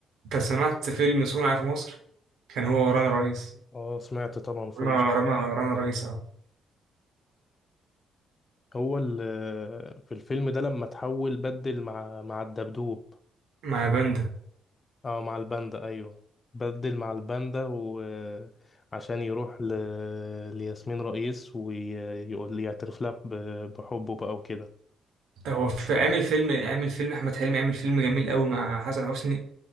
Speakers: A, on the right (about 75°); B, on the left (about 30°).
A: أنت سمعت فيلم صنع في مصر كان هو ورانا رئيس
B: اه سمعت طبعا فيلم
A: رنا رنا رنا رئيس اه
B: هو ال- في الفيلم ده لما تحول بدل مع مع الدبدوب
A: مع باندا
B: اه مع الباندا ايوه بدل مع الباندا وعشان يروح ل... لياسمين رئيس ويقول يعترف لها ب- بحبه بقى وكده
A: هو في عامل فيلم عامل فيلم احمد حلمي عامل فيلم جميل قوي مع حسن حسني